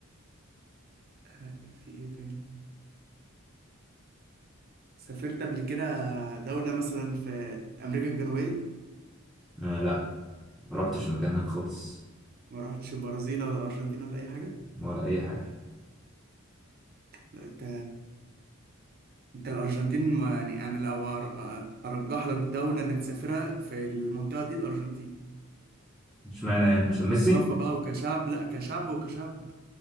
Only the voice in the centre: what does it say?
آه لا ما رحتش المكان هناك خالص
ولا اي حاجه
مش معنى يعني عشان ميسي